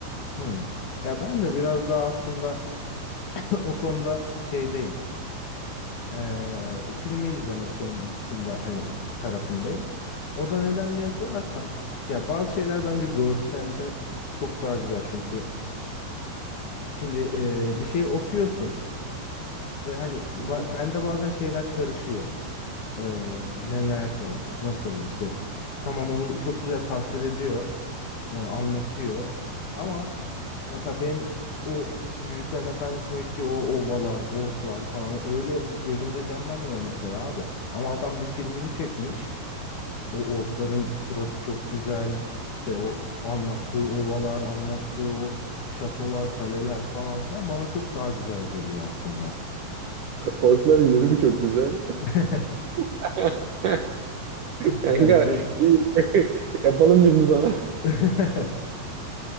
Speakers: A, on the left (about 55°); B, on the right (about 65°).
A: hı. Ya ben de biraz daha aslında <clears throat> o konuda şeydeyim. Ee, filmi izlemek konusunda hani tarafındayım. O da neden diye sorarsan, ya bazı şeyler bence görselde çok daha güzel çünkü şimdi e, bir şeyi okuyorsun. Ve hani
B: Hı hı.
A: ba- bende bazen şeyler karışıyor. Ee, ne nerede, nasıl işte tamam onu çok güzel tasvir ediyor, e, anlatıyor. Ama mesela benim o Yüzüklerin Efendisi'ndeki o ovalar, orklar falan öyle gözümde canlanmıyor mesela abi. Ama adam bir filmini çekmiş. O orkların suratı çok güzel. İşte o anlattığı ovalar, anlattığı o şatolar, kaleler falan filan bana çok daha güzel geliyor aslında.
B: Orkların yüzü mü çok güzel?
A: <laughs>
B: <laughs> Kanka
A: Ya şey
B: iyi. <laughs> yapalım birini zaman.
A: <laughs>